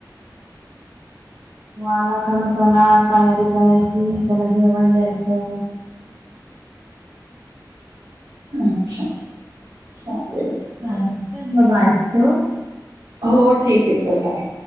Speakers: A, on the right; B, on the right.
A: आला का मग त्याला तयारी करायची त्याला जेवण द्यायचं
B: अच्छा चालेल
A: चालेल चल मग बाय ठेऊ
B: हो ठीक आहे चल बाय